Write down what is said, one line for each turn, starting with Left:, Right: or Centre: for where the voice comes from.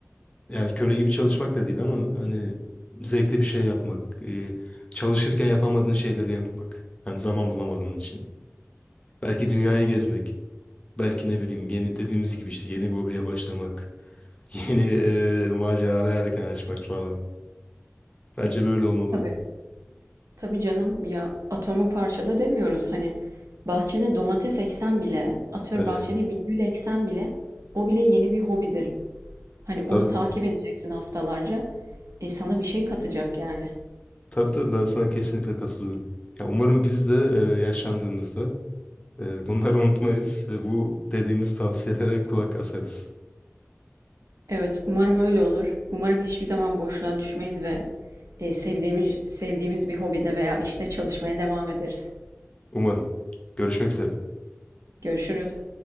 Left: yani köle gibi çalışmak da değil ama hani zevkli bir şey yapmak. e, çalışırken yapamadığın şeyleri yapmak. Hani zaman bulamadığın için. Belki dünyayı gezmek. Belki ne bileyim yeni dediğimiz gibi işte yeni bir hobiye başlamak. <laughs> Yeni e, maceralara yelken açmak falan. Bence böyle olmalı.
Right: Tabii. Tabii canım ya atomu parçala demiyoruz. Hani bahçene domates eksen bile, atıyorum
Left: Evet.
Right: bahçene bir gül eksen bile o bile yeni bir hobidir. Hani onu
Left: Tabii.
Right: takip edeceksin haftalarca. E sana bir şey katacak yani.
Left: Tabii tabii ben sana kesinlikle katılıyorum. Ya umarım biz de e, yaşlandığımızda e, bunları unutmayız ve bu dediğimiz tavsiyelere kulak asarız.
Right: Evet, umarım öyle olur. Umarım hiçbir zaman boşluğa düşmeyiz ve e, sevdiğimiz sevdiğimiz bir hobide veya işte çalışmaya devam ederiz.
Left: Umarım. Görüşmek üzere.
Right: Görüşürüz.